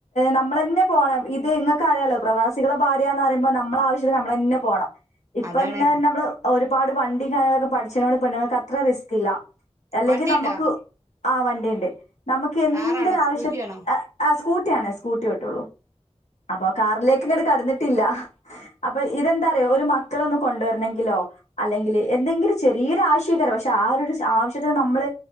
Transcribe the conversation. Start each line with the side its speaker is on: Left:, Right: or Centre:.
Left: നമ്മള്- എന്നന്നെ പോണം ഇത് ഇങ്ങൾക്ക അറിയാലോ പ്രവാസികള ഭാര്യന്ന് പറുമ്പോ നമ്മള ആവശ്യത്തിന് നമ്മളന്നെ പോകണം ഇപ്പൊന്നെ
Right: അതാണ്
Left: നമ്മള് ഒരുപാട് വണ്ടിയും കാര്യങ്ങളൊക്കെ പഠിച്ച നമ്മള് പെണ്ങ്ങൾക്ക് അത്ര റിസ്ക് ഇല്ല അല്ലെങ്കിൽ
Right: വണ്ടിണ്ടോ
Left: നമുക്ക് ആഹ് വണ്ടിണ്ട് നമുക്ക് എന്തൊരു
Right: കാറാണോ
Left: ആവശ്യം
Right: സ്കൂട്ടി ആണോ
Left: ആഹ് സ്കൂട്ടിയ ആണേ സ്കൂട്ടിട്ടള്ളൂ അപ്പൊ കാറിലേക്ക് ഇങ്ങോട്ടടി കടന്നിട്ടില്ല അപ്പൊ ഇതെന്താറയ ഒരു മക്കളൊന്ന് കൊണ്ടുവരണമെങ്കിലോ അല്ലെങ്കിൽ എന്തെങ്കിലും ചെറിയൊരു ആശയക്കര പക്ഷെ ആ ആവശ്യത്തിന് നമ്മള്